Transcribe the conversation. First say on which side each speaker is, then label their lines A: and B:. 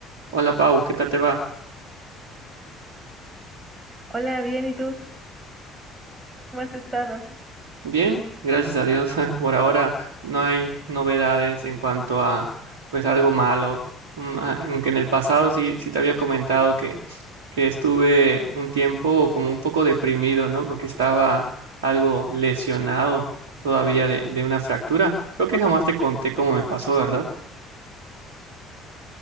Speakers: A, on the right; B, on the right.
A: Hola Pau, ¿qué tal te va?
B: Hola, bien, ¿y tú cómo has estado?
A: Bien, gracias a Dios. <laughs> Por ahora no hay novedades en cuanto a pues algo malo. Mm, ah, Aunque en el pasado sí, sí te había comentado que, que estuve un tiempo como un poco deprimido, ¿no? Porque estaba algo lesionado todavía de, de una fractura. Creo que jamás te conté cómo me pasó, ¿verdad?